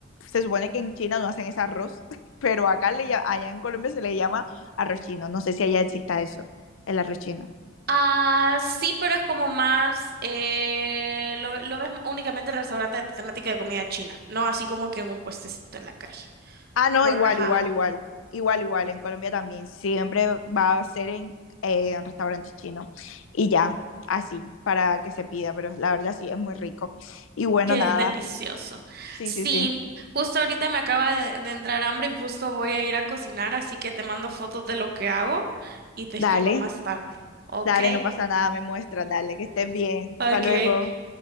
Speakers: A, on the left (about 70°); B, on the right (about 45°).
A: se supone que en China no hacen ese arroz, <laughs> pero acá le, lla- allá en Colombia se le llama arroz chino. No sé si allá exista eso, el arroz chino.
B: Ah, sí, pero es como más, eh, lo, lo ves únicamente en restaurantes de temática de comida china, no así como que en un puestecito en la calle.
A: Ah, no,
B: Por,
A: igual,
B: ajá.
A: igual, igual. Igual, igual, en Colombia también. Siempre va a ser en, eh, en restaurantes chinos. Y ya, así, para que se pida, pero la verdad sí, es muy rico. Y bueno,
B: Qué
A: nada.
B: delicioso.
A: Sí,
B: Sí,
A: sí, sí.
B: justo ahorita me acaba de, de entrar hambre y justo voy a ir a cocinar, así que te mando fotos de lo que hago y te escribo
A: Dale,
B: más tarde. Ok,
A: dale, no pasa nada, me muestra, dale, que estés bien.
B: ok.
A: Hasta luego.